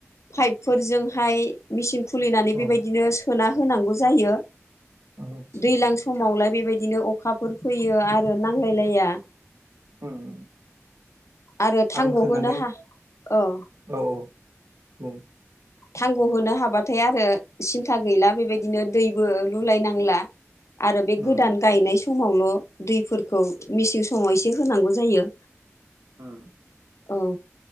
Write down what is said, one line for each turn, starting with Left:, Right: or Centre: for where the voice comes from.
Left: पाइपफोरजोंहाय मेचिन खुलिनानै
Right: औ
Left: बेबायदिनो सोना होनांगौ जायो
Right: औ थिग
Left: दैज्लां
Right: थिग
Left: समावलाय
Right: थिग
Left: बेबायदिनो अखाफोर फैयो आरो नांलायलाया
Right: ओं ओं
Left: आरो थांग'
Right: आं खोनानाय
Left: होनो हा औ
Right: औ औ बुं
Left: थांग' होनो हाबाथाय आरो सिन्था गैला बेबायदिनो दैबो लुलायनांला आरो
Right: उम
Left: बे गोदान गायनाय सम समावल' दैफोरखौ मेसें समाव एसे होनांगौ जायो
Right: ओं
Left: औ